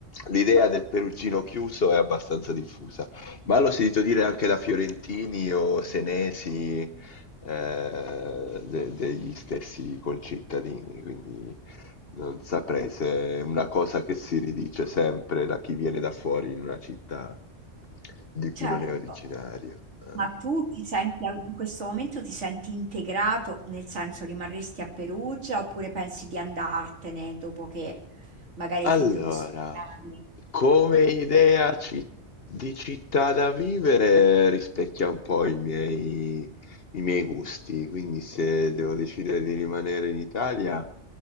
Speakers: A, on the left; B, on the right.
A: l'idea del perugino chiuso è abbastanza diffusa, ma l'ho sentito dire anche da fiorentini o senesi, eh, de- degli stessi concittadini, quindi non saprei se è una cosa che si ridice sempre da chi viene da fuori in una città di
B: Certo.
A: cui non è originario. Eh.
B: Ma tu ti senti al- in questo momento ti senti integrato, nel senso rimarresti a Perugia oppure pensi di andartene dopo che magari
A: Allora,
B: hai finito di studiare?
A: come idea ci- di città da vivere rispecchia un po' i miei, i miei gusti, quindi se devo decidere di rimanere in Italia,